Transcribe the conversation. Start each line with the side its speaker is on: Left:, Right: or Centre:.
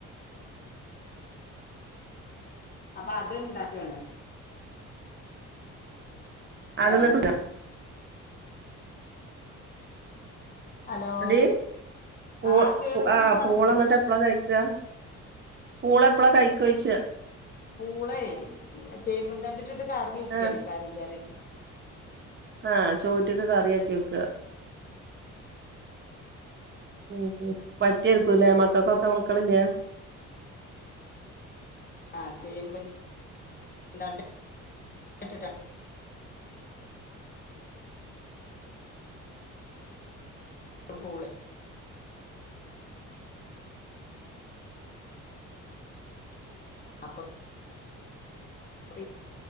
Left: അപ്പൊ അത് ഇണ്ടാക്കാണ് ഹലോ
Right: അതന്നിട്ട്ഉദാ
Left: ഹലോ
Right: എടീ പൂ
Left: ആഹ് കേൾക്കണില്ല
Right: ആ പൂളന്നിട്ട്
Left: അനക്ക്
Right: എപ്പളാ കഴിക്കാ പൂള എപ്പളാ കൈക്കാഒയിച്ച
Left: പൂളയ് ചേമ്പ്തണ്ടിട്ടിട്ട് കറി വെക്കാണ്
Right: ആഹ്
Left: കറി കറി
Right: ആഹ് ചോറ്റ്ക്ക് കറിയാക്കി വെക്കാ ആഹ് പറ്റിയേർക്കൂല്ലേ മക്കൾക്കൊക്കെ മക്കളില്ലേ
Left: ആ ചേമ്പ് തണ്ട് ഇട്ടിട്ട് പൂളയ് അപ്പ അ